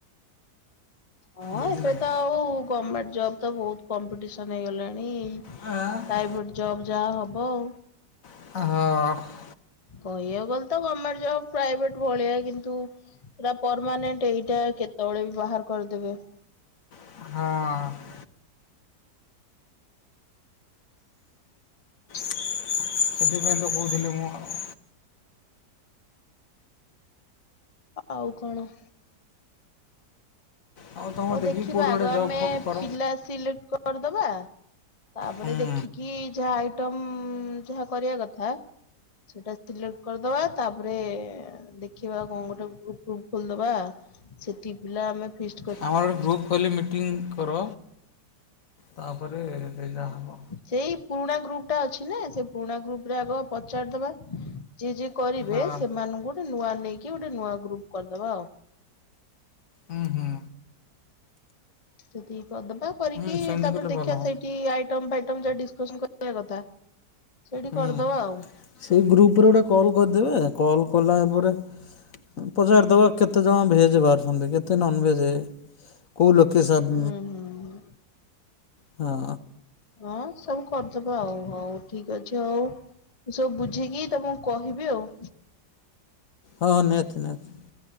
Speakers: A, on the left (about 30°); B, on the left (about 55°).
A: ହଁ
B: ବୁଝିଲେ
A: ଏବେ
B: କି
A: ତ ଆଉ ଗମେଣ୍ଟ ଜବ୍ ତ ଵହୁତ୍ କମ୍ପିଟିସନ୍ ହେଇଗଲାଣି। ପ୍ରାଇଭେଟ୍
B: ହଁ
A: ଜବ୍ ଯାଆ ହବ ଆଉ।
B: ହଁ।
A: କହିବାକୁ ଗଲେ ତ ଗମେଣ୍ଟ ଜବ୍ ପ୍ରାଇଭେଟ୍ ଭଳିଆ କିନ୍ତୁ ଏଟା ପରମାନେେଣ୍ଟ ଏଇଟା କେତେବେଳେ ବି ବାହାର୍ କରିଦେବେ।
B: ହଁ। ସେଥିପାଇଁ ତ କହୁଥିଲି ମୁଁ ଆଉ
A: ଆଉ କଣ?
B: ଆଉ ତୁମେ
A: ହଉ ଦେଖିବା
B: ଦେଖିକି କେଉଁଠି ଗୋଟେ
A: ଆଗ ଆମେ
B: ଜବ୍ ଫବ୍ କର
A: ପିଲା ସିଲେକ୍ଟ କରଦବା ତାପରେ
B: ହୁଁ
A: ଦେଖିକି କି ଯାହା ଆଇଟମ୍ ଯାହା କରିବା କଥା। ସେଟା ସିଲେକ୍ଟ କରଦବା ତା ପରେ ଦେଖିବା କଣ ଗୋଟେ ଗ୍ରୁପ୍ ଫ୍ରୁପ୍ ଖୋଲିଦବା ସେତିକି ପିଲା ଆମେ ଫିସ୍
B: ଆମର ଗ୍ରୁପ୍ ଖୋଲି ମିଟିଂ କର ତାପରେ ସେଇଟା ହବ।
A: ସେଇ ପୁରୁଣା ଗ୍ରୁପ ଟା ଅଛି ନା ସେ ପୁରୁଣା ଗ୍ରୁପ ରେ ଆଗ ପଚାରିଦବା ଯିଏ ଯିଏ କରିବେ
B: ହଁ
A: ସେମାନଙ୍କୁ ଗୋଟେ ନୂଆ ନେଇକି ଗୋଟେ ନୂଆ ଗ୍ରୁପ କରଦବା ଆଉ।
B: ହୁଁ ହୁଁ।
A: ସେତିକି କର୍ ଦବା କରିକି
B: ହୁଁ ସେମିତି
A: ତାପରେ
B: କଲେ
A: ଦେଖିଆ
B: ଭଲ
A: ସେଇଠି ଆଇଟମ୍ ଫାଇଟମ୍ ଯାହା ଡ଼ିସ୍ ଟିଉସନ୍ କରିବା କଥା ସେଇଠି
B: ହୁଁ।
A: କରିଦବା ଆଉ।
B: ସେଇ ଗ୍ରୁପରେ ଗୋଟେ କଲ୍ କରିଦେବେ କଲ୍ କଲା ପରେ ପଚାରିଦବା କେତେଜଣ ଭେଜ୍ ଭାରୁଛନ୍ତି କେତେ ନନ୍ ଭେଜେ। କୋଉ ଲୋକେସନ୍
A: ଉୁଁ ହୁଁ।
B: ହଁ
A: ହଁ ସବୁ କରିଦବା ଆଉ ହଉ ଠିକ୍ ଅଛି ଆଉ। ସବୁ ବୁଝିକି ତମକୁ କହିବି ଆଉ।
B: ହଁ ନିହାତି ନିହାତି।